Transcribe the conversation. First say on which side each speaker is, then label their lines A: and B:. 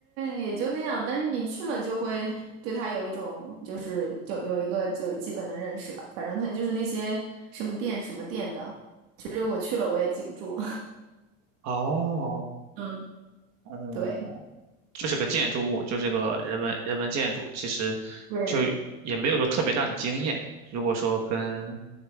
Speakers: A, on the right; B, on the right.
A: 也就那样，但是你去了就会对它有一种就是有有一个就是基本的认识吧，反正它就是那些什么店什么店的，其实我去了我也记不住，
B: 哦，
A: <laughs> 嗯，
B: 嗯，
A: 对。
B: 就是个建筑物，就是个人文人文建筑，其实就也没有说特别让你惊艳。
A: 对，
B: 如果说跟